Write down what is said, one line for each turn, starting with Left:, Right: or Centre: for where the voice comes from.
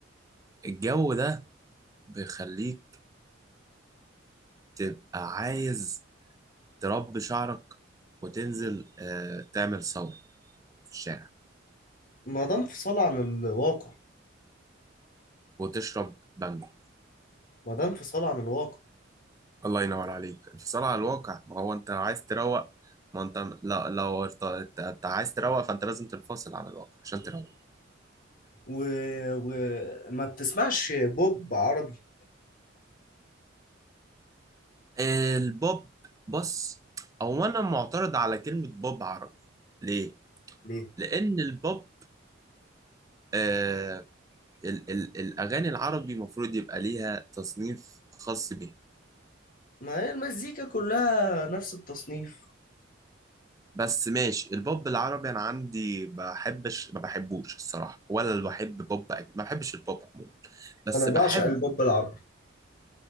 Right: الجو ده بيخليك تبقى عايز تربي شعرك وتنزل آه، تعمل ثورة في الشارع
Left: ما ده انفصال عن الواقع
Right: وتشرب بانجو
Left: ما ده انفصال عن الواقع
Right: الله ينور عليك انفصال على الواقع ما هو انت عايز تروق ما انت لا لو ارت- انت أنت عايز تروق فانت لازم تنفصل عن الواقع عشان تروق
Left: وما و... وما بتسمعش بوب عربي
Right: البوب بص او انا معترض على كلمة بوب عربي ليه؟
Left: ليه؟
Right: لان البوب آه ال ال الاغاني العربي المفروض يبقى ليها تصنيف خاص بيها
Left: ما هي المزيكا كلها نفس التصنيف
Right: بس ماشي البوب العربي انا عندي بحبش ما بحبوش الصراحه ولا اللي بحب بوب أج- ما بحبش البوب عموما بس
Left: انا بعشق
Right: بحب
Left: البوب العربي